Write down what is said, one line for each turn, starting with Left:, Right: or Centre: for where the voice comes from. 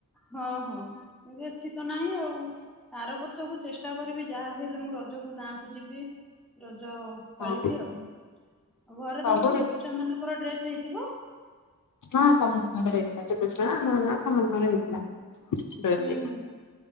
Centre: ହଁ ହଁ କିନ୍ତୁ ଏଠି ତ ନାହିଁ ଆଉ। ଆର ବର୍ଷକୁ ଚେଷ୍ଟା କରିବି ଯାହାବି ହେଲେ ମୁଁ ରଜକୁ ଗାଁ କୁ ଯିବି ରଜ ଅ
Left: ହଁ
Centre: ପାଳିବି ଆଉ ଆଉ ଘରେ
Left: ସବୁ
Centre: ତମର
Left: ରି
Centre: ଛୋଟ ଛୁଆ ମାନଙ୍କର ଡ୍ରେସ ହେଇଥିବ?
Left: ହଁ ସମସ୍ତଙ୍କର ହେଇଥିଲା ଛୋଟ ଛୁଆ ଆମ ମାନଙ୍କର ସମସ୍ତଙ୍କର ହେଇଥିଲା। ଡ୍ରେସ
Centre: ହୁଁ
Left: ହେରିକା।
Centre: ହୁଁ